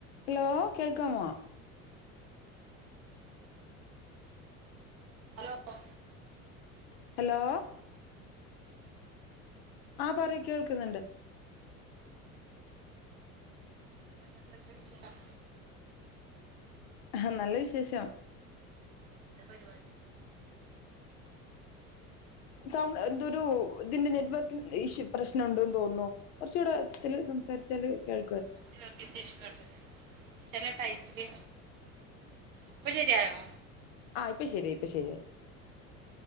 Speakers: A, on the left; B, on the right.
A: Hello കേൾക്കാമൊ
B: hello <unintelligible>
A: hello ആഹ് പറയ് കേൾക്ക്ന്ന്ണ്ട്
B: എന്തെക്കെ വിഷയം
A: ഹ നല്ല വിശേഷം
B: പാടി
A: സൗണ്ട് എന്തൊരു ഇതിന്റെ നെറ്റ്വർക്കി ഇഷ്യു പ്രശ്നണ്ട്ന് തോന്നു കൊറ്ച്ചൂടെ <unintelligible> സംസാ സ്ച്ചാല് കേൾ
B: റ്റ് വർക്കിൻ്റെ ഇഷ്യൂ <unintelligible> ചെല ടൈമില് ഇപ്പൊ ശരിയായോ?
A: ആഹ് ഇപ്പ ശരിയായി ഇപ്പ ശരിയായി.